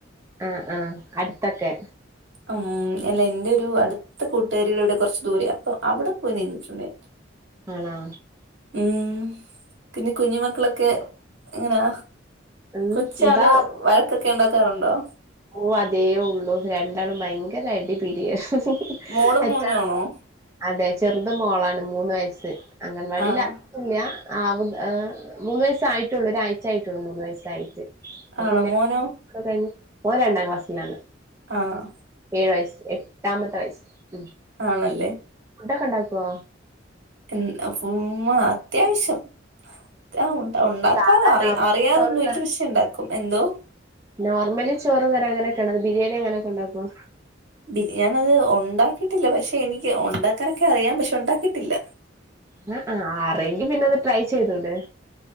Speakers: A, on the right; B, on the right.
A: ആഹ് ആഹ് അട്ത്തക്കെ?
B: ഉം എല്ല എന്റെ ഒരു അടുത്ത കൂട്ടുകാരിയുടെ ഇവടെ കൊർച്ച് ദൂരയാ അപ്പൊ അവടെ പോയി നിന്നിട്ടുണ്ട് ഞാൻ.
A: ആണാ?
B: ഉം പിന്നെ കുഞ്ഞി മക്കളൊക്കെ എങ്ങനാ?
A: ഉം
B: കൊച്ചാള്
A: ഇതാ
B: വഴക്കൊക്കെ ഇണ്ടാക്കാറുണ്ടോ?
A: ഓഹ് അതേ ഉള്ളു രണ്ടാളും ഭയങ്കര അടി പിടിയ <unintelligible>
B: മോളും മോനും ആണോ
A: അതെ ചെർത് മോളാണ് മൂന്ന് വയസ്സ് അംഗൻവാടില്ലാ.
B: ആഹ്
A: ഇല്ല ആഹ് മു ഏഹ് മൂന്ന് വയസ്സ് ആയിട്ടുള്ളു ഒരാഴ്ച ആയിട്ടുള്ളു മൂന്ന് വയസ്സായിട്ട്. അപ്പ
B: ആണോ
A: പിന്നെ <unintelligible>
B: മോനോ
A: കഴിഞ്ഞ് ഓൻ രണ്ടാം ക്ലാസ്സിലാണ്.
B: ആഹ്
A: ഏഴ് വയസ്സ് എട്ടാമത്തെ വയസ്സ് ഉം
B: ആണല്ലേ?
A: ഫുഡക്കെ ഇണ്ടാക്കോ?
B: എൻ ഫുമ്മാ അത്യാവശ്യം ആഹ് ഉണ്ട ഉണ്ടാക്കാതെ
A: സാധാ
B: അറി
A: നോർമൽ
B: അറിയാതൊന്നും
A: ചോറും
B: ഇല്യ പക്ഷേ ഇണ്ടാക്കും. എന്തോ?
A: നോർമല് ചോറ് കറിം അങ്ങനക്കെല്ലാതെ ബിരിയാണി അങ്ങനക്കെ ഇണ്ടാക്കോ?
B: ബിരിയാണി അത് ഉണ്ടാക്കിട്ടില്ല പക്ഷെ എനിക്ക് ഉണ്ടാക്കാനൊക്കെ അറിയാം പക്ഷെ ഉണ്ടാക്കിട്ടില്ല.
A: അഹ് ആഹ് അറിയെങ്കി പിന്നെത് ട്രൈ ചെയ്തുടേ?